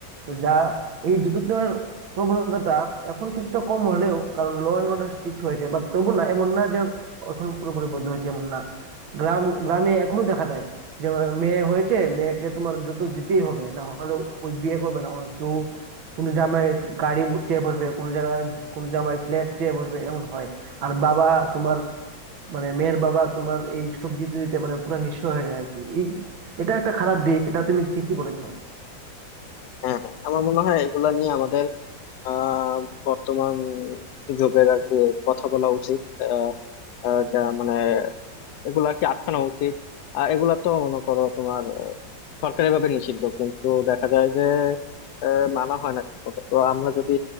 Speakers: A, on the right; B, on the left.
A: তো যা এই যৌতুক নেওয়ার প্রবণতাটা এখন কিছুটা কম হলেও কারণ ল অ্যান্ড অর্ডার স্ট্রিক্ট হয়েছে বাট তবু না এমন না এখনো পুরোপুরি বদ্ধ হয়েছে এমন না গ্রাম গ্রামে এখনো দেখা যায় যে মেয়ে হয়েছে মেয়েকে তোমার যৌতুক দিতেই হবে না হলে ওই বিয়ে করবে না ওর কেউ কোনো জামাই গাড়ি চেয়ে বসবে কোনো জায়গায় কোনো জামাই ফ্ল্যাট চেয়ে বসবে এমন হয় আর বাবা তোমার মানে মেয়ের বাবা তোমার এই সব দিতে দিতে মানে পুরো নিঃস্ব হয়ে যায় আর কি এই এটা একটা খারাপ দিক এটা তুমি ঠিকই বলেছো
B: হ্যাঁ হ্যাঁ আমার মনে হয় এগুলা নিয়ে আমাদের আহ বর্তমান যুগের আর কি কথা বলা উচিত আহ আহ, যা মানে এগুলো আর কি আটকানো উচিত আর এগুলা তো মনে করো তোমার আহ, সরকারিভাবে নিষিদ্ধ কিন্তু দেখা যায় যে আহ, মানা হয় না ঠিক মতো তো আমরা যদি